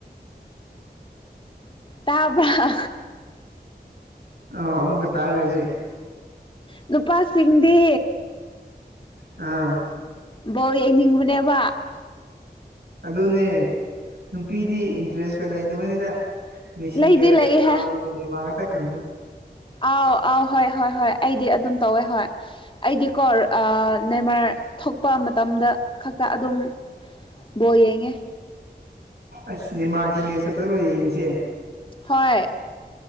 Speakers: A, on the left (about 30°); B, on the right (about 70°).
A: ꯇꯥꯕꯔ
B: ꯑ ꯑꯃꯨꯛꯀ ꯇꯥꯔꯦꯁꯤ
A: ꯅꯨꯄꯥꯁꯤꯡꯗꯤ
B: ꯑꯥ
A: ꯕꯣꯜ ꯌꯦꯡꯅꯤꯡꯕꯅꯦꯕ
B: ꯑꯗꯨꯅꯦ ꯅꯨꯄꯤꯗꯤ ꯏꯟꯇꯔꯦꯁꯀ ꯂꯩꯇꯕꯅꯤꯗ ꯃꯦꯁꯤꯒ
A: ꯂꯩꯗꯤ ꯂꯩꯍꯦ
B: ꯔꯣꯅꯥꯜꯗꯣꯒꯅꯦꯃꯥꯡ ꯉꯥꯛꯇ ꯈꯪꯕꯅꯦ
A: ꯑꯥꯎ ꯑꯥꯎ ꯍꯣꯏ ꯍꯣꯏ ꯍꯣꯏ ꯑꯩꯗꯤ ꯑꯗꯨꯝ ꯇꯧꯋꯦ ꯍꯣꯏ ꯑꯩꯗꯤ ꯀꯣ ꯅꯦꯃꯥꯔ ꯊꯣꯛꯄ ꯃꯇꯝꯗ ꯈꯛꯇ ꯑꯗꯨꯝ ꯕꯣꯜ ꯌꯦꯡꯉꯦ
B: ꯑꯁ ꯅꯦꯃꯥꯔꯒꯤ ꯃꯦꯁ ꯈꯛꯇ ꯂꯣꯏ ꯌꯦꯡꯉꯁꯦ
A: ꯍꯣꯏ